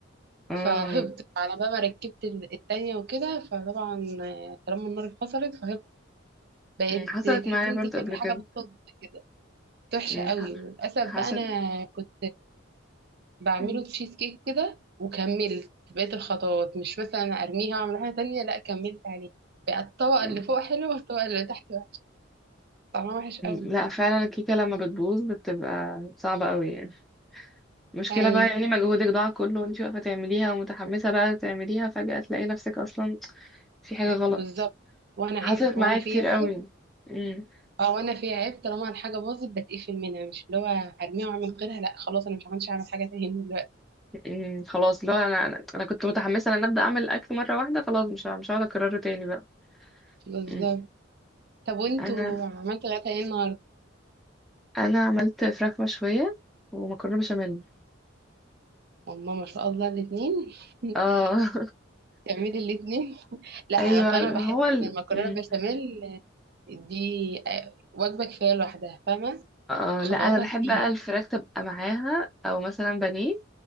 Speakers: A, in the centre; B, on the right (about 55°).
A: اه
B: فهبط على بقى ما ركبت ال- التانية وكده فطبعا آه، طالما النار اتفصلت فهبط بقيت
A: أمم، حصلت
B: تحس
A: معايا
B: ان
A: برضه
B: انت بتاكلي
A: قبل
B: حاجه
A: كده
B: بالصدفه كده كانت وحشه
A: أمم،
B: قوي
A: ح-
B: للاسف
A: حصل
B: بقى انا كنت بعمله
A: أمم،
B: تشيز كيك كده وكملت بقيت الخطوات مش مثلا ارميها واعمل حاجه تانية لا كملت عليه بقى الطبقه
A: أمم،
B: اللي فوق حلوه والطبقه اللي تحت وحشة. طعمها وحش قوي
A: لا فعلا الكيكه لما بتبوظ بتبقى صعبه قوي يعني المشكله
B: ايوه
A: بقى يعني مجهودك ضاع كله وانت واقفه تعمليها ومتحمسه بقى تعمليها فجاه تلاقي نفسك اصلا في حاجه غلط
B: بالظبط وانا
A: حصلت
B: عيب وانا
A: معايا
B: فيها
A: كتير قوي
B: عيب
A: أمم،
B: اه وانا في عيب طالما الحاجه باظت بتقفل منها مش اللي هو هرميها واعمل غيرها لا خلاص انا مش عملتش اعمل حاجه تاني دلوقتي
A: أمم، خلاص لو انا انا أنا كنت متحمسه ان انا ابدا اعمل الاكل مره واحده خلاص مش ه- مش هقعد اكرره تاني بقى
B: بالظبط
A: أمم،
B: طب وانتوا
A: انا
B: عملتوا غدا ايه النهارده
A: انا عملت فراخ مشويه ومكرونه بشاميل
B: هما ما شاء الله الاثنين <laughs>
A: اه
B: تعملي الاثنين
A: <laughs>
B: لا
A: ايوه
B: اصل انا
A: ما
B: بحس
A: هو ال...
B: ان المكرونه
A: مم.
B: بشاميل دي آه، وجبه كفايه لوحدها فاهمه
A: اه
B: خطواتها
A: لا انا بحب
B: كتير
A: بقى الفراخ تبقى معاها او مثلا بانيه